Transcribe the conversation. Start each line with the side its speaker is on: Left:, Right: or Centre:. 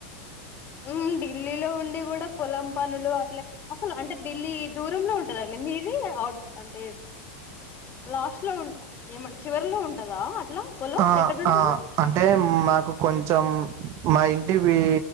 Left: ఉ ఢిల్లీలో ఉండి కూడా పొలం పనులు అట్లా అసలు అంటే ఢిల్లీ దూరంలో ఉంటదండి మీది అవుట్ అంటే లాస్ట్ లో ఉ ఏమ చివరిలో ఉంటదా అట్లా పొలం?
Right: ఆ
Left: ఎక్కడుంటది?
Right: ఆ అంటే మాకు కొంచెం మా ఇంటివి